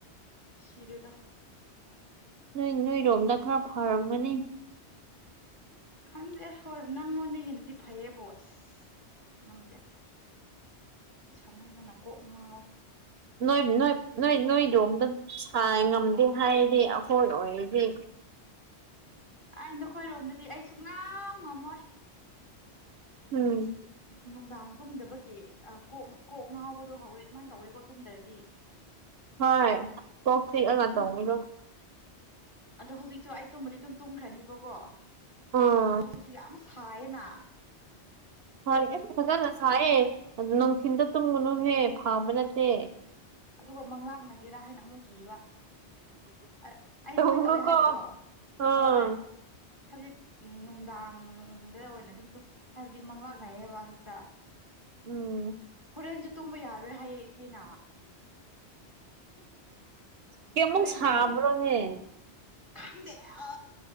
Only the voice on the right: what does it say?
ꯅꯣꯏ ꯅꯣꯏꯔꯣꯝꯗ ꯈꯔ ꯐꯔꯝꯒꯅꯤ
ꯅꯣꯏ ꯅꯣꯏ ꯅꯣꯏ ꯅꯣꯏ ꯔꯣꯝꯗ ꯁꯥꯏ ꯉꯝꯗꯦ ꯍꯥꯏꯔꯗꯤ ꯑꯩꯈꯣꯏ ꯑꯣꯏꯔꯗꯤ
ꯎꯝ
ꯍꯣꯏ ꯀꯣꯛ ꯆꯤꯛꯑꯒ
ꯇꯧꯕꯗꯣ
ꯑꯥ
ꯍꯣꯏ ꯑꯦ ꯐꯖꯅ ꯁꯥꯏꯌꯦ ꯅꯨꯡꯊꯤꯟꯗ ꯇꯨꯝꯒꯨꯅꯨꯍꯦ ꯐꯥꯕ ꯅꯠꯇꯦ
ꯇꯧꯅꯨꯀꯣ
ꯑꯥ
ꯎꯝ
ꯀꯩꯌꯥꯃꯨꯛ
ꯁꯥꯕ꯭ꯔꯣꯅꯦ